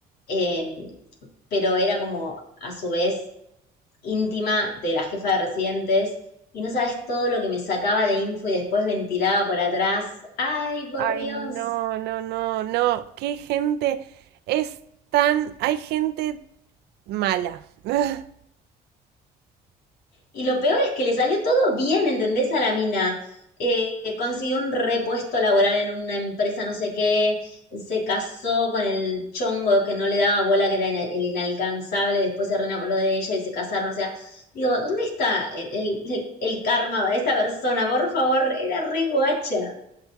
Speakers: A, on the left; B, on the right.
A: eh, pero era como a su vez íntima de la jefa de residentes y no sabes todo lo que me sacaba de info y después ventilaba por atrás. Ay, por
B: Ay,
A: Dios.
B: no, no, no, no. Qué gente es tan. Hay gente mala. <laughs>
A: Y lo peor es que le salió todo bien, ¿entendés? A la mina. Eh, consiguió un repuesto laboral en una empresa, no sé qué, se casó con el chongo que no le daba bola, que era el, inalcanzable, después se reenamoró de ella y se casaron, o sea, digo, ¿dónde está el, el, el karma para esta persona? Por favor, era re guacha.